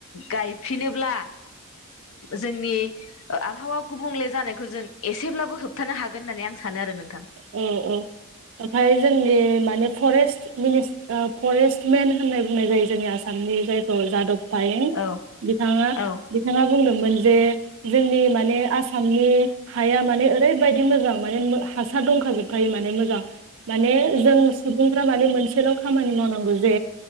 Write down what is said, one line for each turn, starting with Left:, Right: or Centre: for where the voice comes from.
Left: गायफिनोब्ला जोंनि ओ आबहावा गुबुंले जानायखौ जों एसेब्लाबो होबथानो हागोन होननानै आं सानो आरो नों
Right: औ औ ओमफ्राय जोंनि माने फरेस्ट मिनिस फरेस्टमेन होननाय बुंनाय जायो जोंनि आसामनि जायखौ जादब थायें
Left: औ
Right: बिथाङा
Left: औ
Right: बिथाङा बुंदोंमोन जे जोंनि माने आसामनि हाया माने ओरैबायादि मोजां माने हा खा दंखा जोबखायो माने मोजां माने जों सुबुं फ्रा माने मोनसेल' खामानि मावनांगौ जे